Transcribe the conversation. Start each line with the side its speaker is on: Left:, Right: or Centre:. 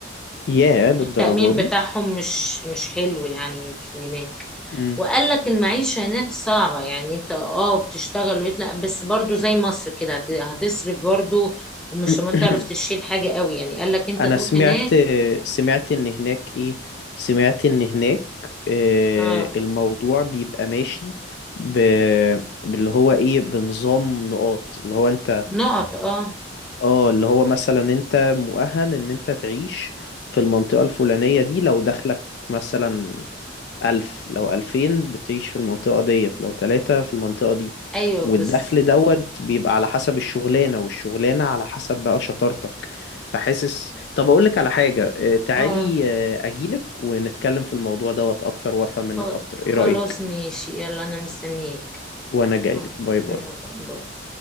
Left: ياه للدرجة
Centre: التأمين
Left: دي
Centre: بتاعهم مش مش حلو يعني في هناك
Left: امم
Centre: وقال لك المعيشة هناك صعبة يعني انت اه بتشتغل ويطلع بس برضو زي مصر كده هت- هتصرف برضو ومش
Left: <clears throat>
Centre: ما تعرف تشيل حاجة قوي يعني قال لك انت
Left: انا
Centre: تروح
Left: سمعت
Centre: هناك
Left: سمعت ان هناك ايه سمعت ان هناك آه،
Centre: اه
Left: الموضوع بيبقى ماشي ب... باللي هو ايه بنظام نقاط اللي هو انت
Centre: نقط اه
Left: اه اللي هو مثلا انت مؤهل ان انت تعيش في المنطقة الفلانية دي لو دخلك مثلا ألف لو ألفين بتعيش في المنطقة ديت لو تلاتة في المنطقة دي
Centre: ايوه
Left: والدخل
Centre: بس
Left: دوت بيبقى على حسب الشغلانة والشغلانة على حسب بقى شطارتك فحاسس طب أقولك على حاجة اه، تعالي
Centre: اه
Left: اه، أجيلك ونتكلم في الموضوع دوت أكتر وأفهم منك
Centre: خ-
Left: أكتر
Centre: خلاص
Left: إيه رأيك؟
Centre: ماشي يلا انا مستنياك
Left: وأنا جايلك
Centre: آه،
Left: باي باي
Centre: يلا، باي.